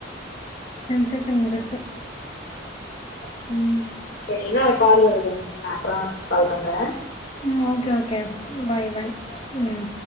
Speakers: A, on the left (about 35°); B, on the left (about 60°).
A: <unintelligible> ம்
B: செரி இன்னொரு கால் வருது எனக்கு நா அப்பறம் கால் பண்றே
A: ம் ஓகே ஓகே பாய் பாய் ம்